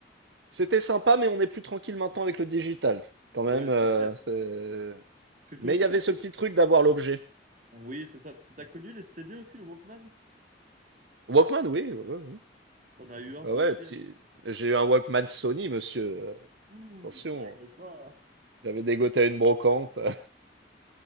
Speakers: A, on the right; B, on the right.
A: C'était sympa, mais on est plus tranquille maintenant avec le digital. Quand même,
B: Ouais, c'est
A: euh,
B: clair.
A: c'est-
B: Parce que toi
A: mais
B: aussi,
A: il y avait
B: t'as connu.
A: ce petit truc d'avoir l'objet.
B: Oui, c'est ça. Parce que t'as connu les CD aussi, le Walkman?
A: Walkman, oui. Ouais, ouais, ouais.
B: T'en as eu un
A: Ah
B: toi
A: ouais,
B: aussi?
A: petit...
B: hein
A: J'ai eu un Walkman Sony, monsieur. euh,
B: Ouh,
A: Attention,
B: ça rigole pas. hein.
A: j'avais dégoté à une brocante. <laughs>